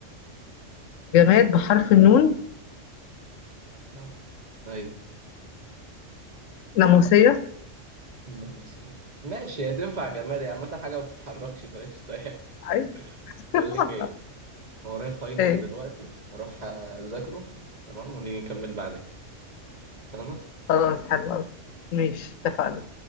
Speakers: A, on the left; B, on the right.
A: جماد بحرف النون
B: آه، ايوه
A: ناموسيه
B: ناموس إيه. ماشي هتنفع جماد يعني عامة حاجة ما بتتحركش فقشطة يعني
A: ايوه
B: <laughs>
A: <laughs>
B: بقول لك ايه أنا ورايا فاينل
A: ايه
B: دلوقتي اروح اذاكره تمام ونيجي نكمل بعدين تمام
A: خلاص حلوه قوي ماشي اتفقنا